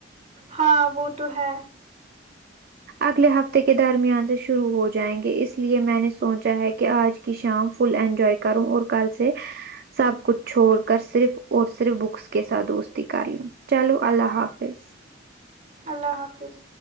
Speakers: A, on the right; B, on the right.
A: ہاں وہ تو ہے
B: اگلے ہفتے کے درمیان سے شروع ہو جائیں گے اس لیے میں نے سوچا ہے کہ آج کہ شام فل انجوائے کروں اور کل سے سب کچھ چھوڑ کر صرف اور صرف بکس کے ساتھ دوستی کر لوں چلو اللہ حافظ
A: اللہ حافظ